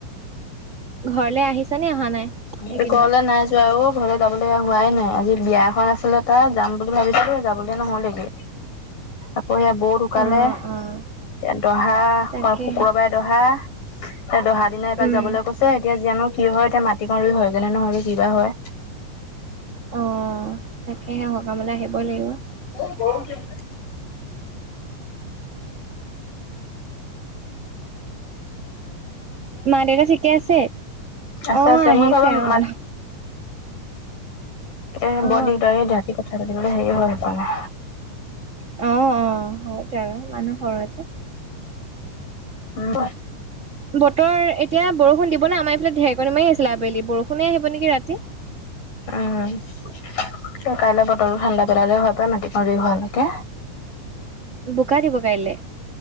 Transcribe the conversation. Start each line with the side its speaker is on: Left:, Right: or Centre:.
Right: ঘৰলে আহিছে নে অহা নাই।
Left: উম
Right: এইকেইদিনত?
Left: ঘৰলে নাই যোৱা ঔ ঘৰলৈ যাবলৈ হোৱাই নাই আজি বিয়া এখন আছিলে তাত যাম বুলি ভাবিছিলো যাবলৈ নহলেগেই। আকৌ সেয়া বৌ ঢুকালে
Right: অ', অ',
Left: তে দহা
Right: তাকে
Left: শুকুৰবাৰে দহা, হে দহা দিনত এপাক
Right: উম,
Left: যাবলৈ কৈছে এতিয়া জানো কি হয় এতিয়া মাটিমা ৰুই হয়গে নহয়গে কিবা হয়।
Right: অঁ তাকেহে সকামলে আহিবই লাগিব।
Left: <inaudible> <unintelligible> গৈ আছ ন,
Right: মা দেউতা ঠিকে আছে?
Left: আছে
Right: অ',
Left: আছে
Right: আহিছে
Left: মই ভাবো
Right: অ'
Left: মা
Right: অলপ
Left: এ
Right: অ'।
Left: বৰ দিগদাৰ দেই ৰাতি কথা পাতিবলৈ হেৰি হয় সেইকাৰণে।
Right: অঁ অঁ হয়তো আৰু মানুহ সৰৰ যে।
Left: উম
Right: বতৰ এতিয়া বৰষুণ দিব নে আমাৰ এইফালে ঢেৰেকণি মাৰি আছিলে আবেলি বৰ কোনে আহিব নেকি ৰাতি?
Left: উম কাইলৈ বতলটো ঠাণ্ডা পেলালে হয় পায়, মাটিক দি হোৱালৈকে।
Right: বোকা দিব কাইলৈ।